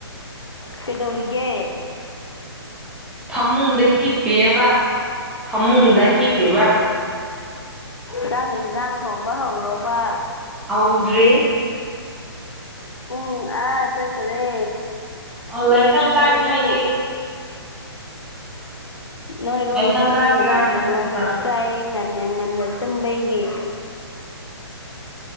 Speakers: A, on the left; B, in the centre.
A: ꯀꯩꯗꯧꯔꯤꯒꯦ
B: ꯐꯃꯨꯡꯗ ꯍꯤꯞꯄꯤꯑꯕ ꯐꯃꯨꯡꯗ ꯍꯤꯞꯄꯤꯕ
A: ꯆꯥꯛ ꯌꯦꯟꯁꯥꯡ ꯊꯣꯡꯕ ꯍꯧꯔꯕ
B: ꯍꯧꯗ꯭ꯔꯦ
A: ꯄꯨꯡ ꯑꯥ ꯆꯠꯈ꯭ꯔꯦ
B: ꯑꯣ ꯂꯥꯏꯁꯪ
A: ꯅꯣꯏꯔꯣꯝꯗꯗꯤ
B: ꯀꯥꯅꯤꯡꯉꯥꯏꯗꯤ
A: ꯅꯣꯏꯔꯣꯝꯗꯗꯤ
B: ꯂꯥꯏꯁꯪ ꯀꯥꯁꯤꯔꯥꯅ
A: ꯉꯟꯅ
B: ꯈꯜꯂꯤꯕ
A: ꯉꯟꯅ ꯆꯥꯏ ꯉ ꯉꯟꯅ ꯇꯕꯩꯒꯤꯦ